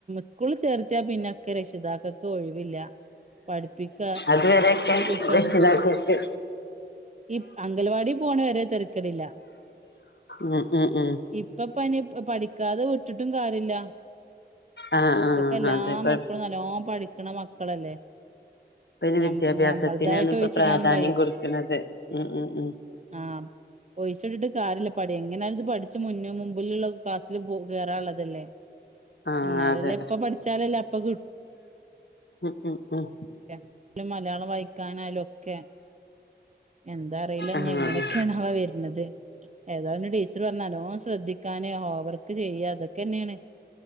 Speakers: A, on the right (about 40°); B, on the left (about 70°).
A: സ്കൂളിൽ ചേ റ്റാ പിന്നെ ക്കെ രക്ഷിതാക്കൾക്ക് ഒഴിവില്ല പഠിപ്പിക്ക
B: അതുവരൊക്കെ
A: ഇപ്പത്തെ
B: രക്ഷിതാക്കൾക്ക്
A: ഈ അംഗലവാടി പോണ വരെ തെരക്കലില്ല
B: ഉം ഉം ഉം
A: ഇപ്പം പനി പഠിക്കാതെ വിട്ടിട്ടും കാര്യല്ല
B: ആഹ്
A: ഇപ്പൊക്കെ
B: ആഹ്
A: എല്ലാ
B: അതെ ഇപ്പ
A: മക്കളും നല്ലോണം പഠിക്കണ മക്കളല്ലേ
B: പിന്നെ
A: ഞ
B: വിദ്യാഭ്യാസത്തിനാണ്
A: ഞമ്മൾതായിട്ട്
B: ഇപ്പൊ
A: ഒഴിച്ചിടാനും
B: പ്രാധാന്യം കൊടുക്കുന്നത് ഉം ഉം ഉം
A: ആഹ് ഓടിച്ചോട്ടിട്ട് കാര്യല്ല പഠി എങ്ങനത് പഠിച്ച് മുന്നേ മുമ്പിലുള്ള ക്ലാസ്സിൽ പോ കേയറുള്ളതല്ലേ
B: ആഹ്
A: എന്നാലല്ലേ
B: അതെ
A: ഇപ്പൊ പഠിച്ചാലല്ല അപ്പൊ കിട്ടു
B: ഉം ഉം ഉം
A: പിന്നെ മലയാളം വായിക്കാനായാലും ഒക്കെ എന്താ അറിയില്ല ഇനി
B: ആഹ്
A: എങ്ങനെയൊക്കെയാണാവോ
B: ആഹ്
A: വരുന്നത് ഏതാ ഇവന് ടീച്ചർ പറഞ്ഞേ നല്ലോണം ശ്രദ്ധിക്കാന് ഹോം വർക്ക് ചെയ്യാ അതൊക്കെ തന്നെയാണ്